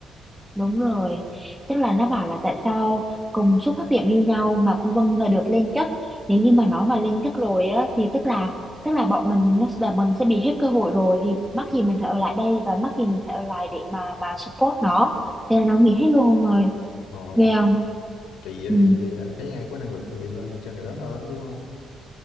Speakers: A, in the centre; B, on the left.
A: Đúng rồi, tức là nó bảo là tại sao cùng xuất phát điểm như nhau mà con Vân là được lên chức. Nếu như mà nó mà lên chức rồi á thì tức là tức là bọn mình nó và mình sẽ bị hết cơ hội rồi thì mắc gì mình phải ở lại đây và mắc gì mình phải ở lại để mà mà support nó. Thế là nó nghỉ hết luôn ông ơi,
B: ờ
A: ghê không?
B: kỳ
A: Ừ.
B: vậy thì thấy ai có năng lực thì lên nhiều cho người đó thôi đúng không